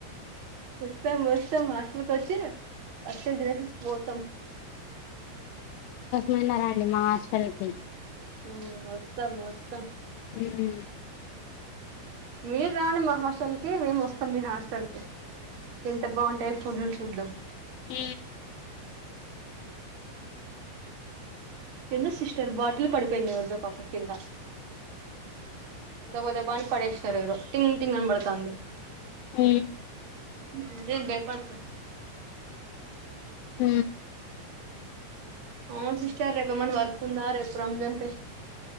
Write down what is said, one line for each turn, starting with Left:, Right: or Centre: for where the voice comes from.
Right: వస్తాం వస్తాం హాస్టల్ క వచ్చి ఫస్ేినస పోతాం
Left: మన్నారాండి మా హాస్టల్ కి
Right: ఉ ఒస్తాం ఒస్తాం
Left: ఉ
Right: మీరు రాం మా హాస్టల్ కి మేము వస్తాం మీ హాస్టల్ కి ఎంత బాగుంటాయి ఫుడ్లు చూద్దాం
Left: హ
Right: ఎందుో సిస్టర్ బాటిల్ పడిపోయిందివబ పాప కింద దబ్బా దబ్బా అని పడేస్తుారు ఎవరో టింగ్ టింగ్ అని పడుతుంది
Left: హ
Right: నువ్వు ఏం భయపడకు
Left: హ
Right: అవును సిస్టర్ రేపు ఏమన్నా వర్క్ ఉందా రేపు రంజన్